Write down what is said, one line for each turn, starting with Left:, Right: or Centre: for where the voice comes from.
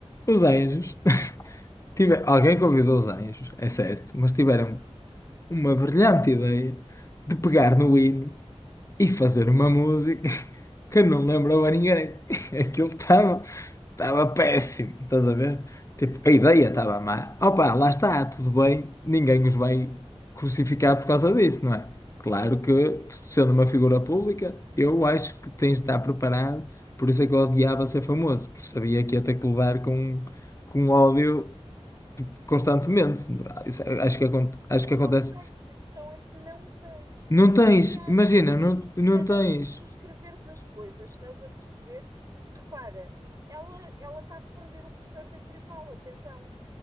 Left: Os anjos, <laughs> tive, alguém convidou os anjos, é certo, mas tiveram uma brilhante ideia de pegar no hino e fazer uma música que não lembrou a ninguém. <laughs> Aquilo estava estava péssimo, estás a ver? Tipo, a ideia estava má. Opa, lá está, tudo bem, ninguém os vai crucificar por causa disso, não é? Claro que, sendo uma figura pública, eu acho que tens de estar preparado, por isso é que eu odiava ser famoso, porque sabia que ia ter que lidar com, com ódio constantemente. Isso, acho que, acon- acho
Right: Mas
Left: que acontece.
Right: não tens, a questão é que não tens.
Left: Não tens,
Right: Pá, e há,
Left: imagina,
Right: há maneiras
Left: não, não
Right: e maneiras
Left: tens.
Right: de tu escreveres as coisas, estás a perceber? Repara, ela ela está a perder o processo em tribunal, atenção.